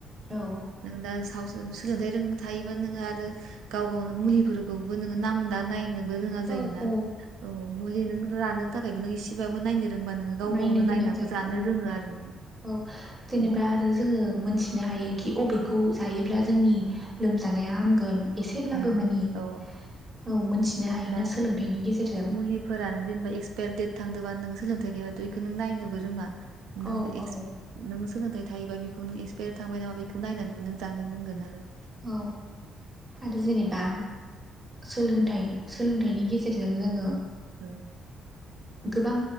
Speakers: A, on the right; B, on the right.
A: औ
B: नों दा सोलोंथाय थायोबा नोो आरो गाव गावनो मुलिफोरखौबो नायनो रोङा जायो
A: औ औ
B: औ - औ मुलि लानो थाखायबो नों एसेबानो रोंबा नोंङो
A: नायनो
B: गाव गावनो
A: गोनां
B: नायनानैबो
A: जायखौ
B: जानो
A: औ
B: रोंङो आरो
A: औ जेनेबा
B: औ
A: आरो जोंङो मोनथिनो हायो
B: उम,
A: कि बबेखौ जायोब्ला जोंनि
B: उम,
A: लोमजानाय हगोन एसेब्लाबो
B: उम,
A: मानि
B: औ
A: औ मोनथिनो हायोना
B: दा
A: सोलोंथाइनि गेजेरजों
B: मुलिफोरानो जेनेबा इक्सपायार दडेट थांदोंबा नों सोलोंथाय गैयाबाथ बेखौ नों नायनोबो रोंङा
A: औ
B: नों
A: औ
B: सोलोंथाइ थायोबा बेखौ नों एक्सपायार थांबाय नामा बेखौ नायनानैबो नों जानो रोंगोन आरो
A: औ जेनेबा सोलोंथाइ सोलोंथाइनि गेजेरजों जोंङो
B: औ
A: गोबां